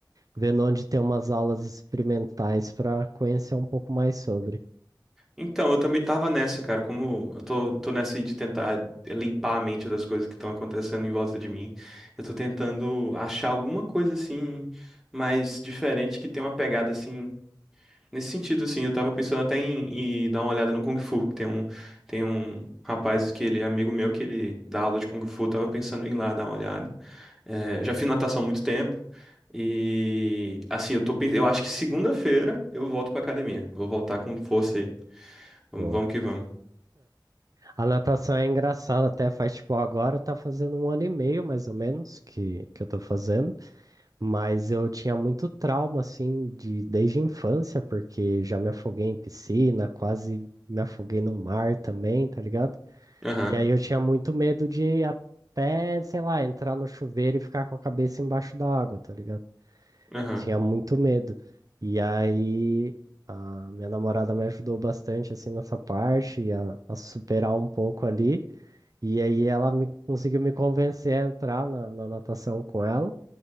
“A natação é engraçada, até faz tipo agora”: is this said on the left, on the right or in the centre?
Right